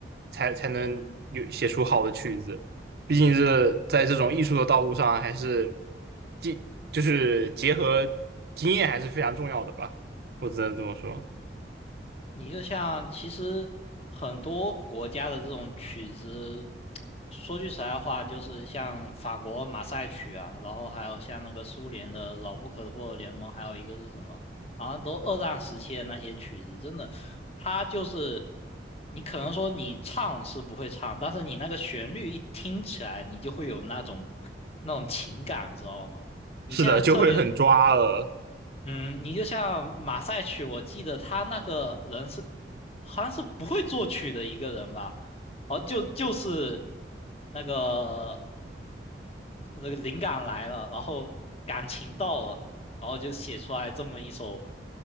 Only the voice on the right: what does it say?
才才能有写出好的曲子。
毕竟是在这种艺术的道路上，还是经就是结合经验还是非常重要的吧，我只能这么说。
是的，就会很抓了。